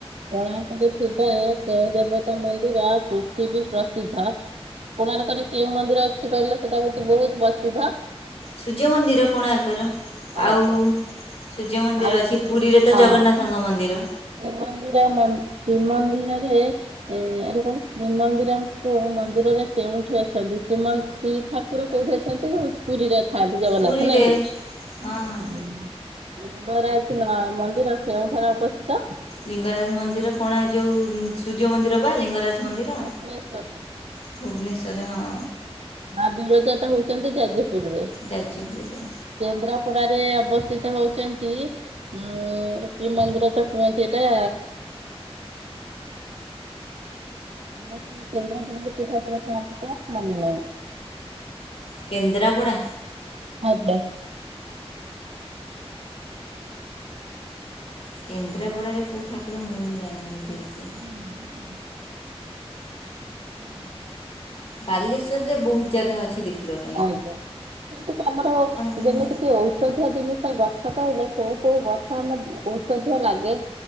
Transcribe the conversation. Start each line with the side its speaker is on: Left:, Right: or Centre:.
Right: କୋଣାର୍କରେ ଥିବା କେଉଁ ଦେବତା ମନ୍ଦିର ପୃଥିବୀ ପ୍ରସିଦ୍ଧ? କୋଣାର୍କରେ କେଉଁ ମନ୍ଦିର ଅଛି କହିଲ ସେଟା ହଉଛି ବହୁତ ପ୍ରସିଦ୍ଧ?
Left: ସୂର୍ଯ୍ୟ ମନ୍ଦିର କୋଣାର୍କର
Right: ଆଜ୍ଞା
Left: ଆଉ ସୂର୍ଯ୍ୟ ମନ୍ଦିର
Right: ଆଉ ଏଠି
Left: ଅଛି, ପୁରୀରେ ତ
Right: ହଁ
Left: ଜଗନ୍ନାଥଙ୍କ ମନ୍ଦିର।
Right: ଶ୍ରୀମନ୍ଦିର ମୟି ଶ୍ରୀମନ୍ଦିରରେ ଏ ଆରେ କହିଲୁ ଶ୍ରୀମନ୍ଦିର କୁ ମନ୍ଦିରରେ କେଉଁଠି ଅଛନ୍ତି ଶ୍ରୀମନ୍ଦିର କୁ ଠା ଠାକୁର କୋଉଠି ଅଛନ୍ତି ପୁରୀରେ ଥାଆନ୍ତି ଜଗନ୍ନାଥ
Left: ପୁରୀରେ
Right: ନାଇଁ କି।
Left: ହଁ
Right: ଲିଙ୍ଗରାଜ ମନ୍ଦିର କେଉଁଠାରେ ଅବସ୍ଥିତ?
Left: ଲିଙ୍ଗରାଜ ମନ୍ଦିର କଣା ଯୋଉ ସୂର୍ଯ୍ୟ ମନ୍ଦିର ବା ଲିଙ୍ଗରାଜ ମନ୍ଦିର।
Right: ଭୁବନେଶ୍ୱରରେ।
Left: ଭୁବନେଶ୍ୱର ରେ ହଁ।
Right: ମା ବିରଜା ତ ହେଉଛନ୍ତି ଜାଯପୁରରେ।
Left: ଯାଜପୁରରେ
Right: କେନ୍ଦ୍ରାପଡା ରେ ଅବସ୍ଥିତ ହେଉଛନ୍ତି ଉଁ କି ମନ୍ଦିର ତ କୁହନ୍ତି ଏଇଟା। ଆସେ କେନ୍ଦ୍ରାପଡ଼ା ରେ କି ଠାକୁର ଥାଆନ୍ତି ତ ମନେ ନାହିଁ।
Left: କେନ୍ଦ୍ରାପଡ଼ା।
Right: ଆଜ୍ଞା।
Left: କେନ୍ଦ୍ରାପଡ଼ାରେ କୋଉ ଠାକୁର ମୁଁ ବି ଜାଣିନି ଠିକ୍ ସେ।
Right: ନା ନାହିଁ ନା। ଉଁ ହୁଁ ହୁଁ।
Left: ବାଲେଶ୍ୱରରେ ବହୁତ ଜାଗା ଅଛି ଦେଖିବାକୁ।
Right: ଆଜ୍ଞା। ଯେମିତି କି ଆମର
Left: କହିଲା
Right: ଯେମିତି ଟିକେ ଔଷଧୀୟ ଜିନିଷ ଗଛ କହିଲେ କୋଉ କୋଉ ଗଛ ଆମ ଆମ <inaudible> ପ୍ରଥମେ ଲାଗେ